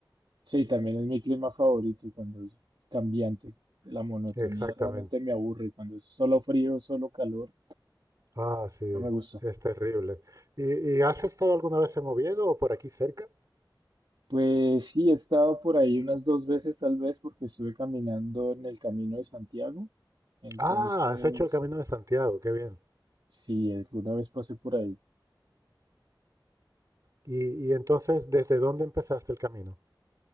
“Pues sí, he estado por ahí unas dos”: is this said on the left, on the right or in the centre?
Right